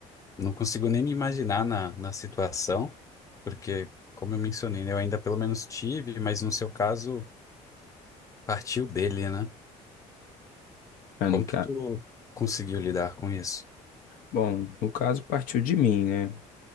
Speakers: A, on the left; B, on the left.
A: não consigo nem me imaginar na, na situação, porque, como eu mencionei, né, eu ainda pelo menos tive, mas no seu caso, partiu dele, né?
B: É,
A: Como
B: no ca...
A: que tu conseguiu lidar com isso?
B: Bom, no caso partiu de mim, né?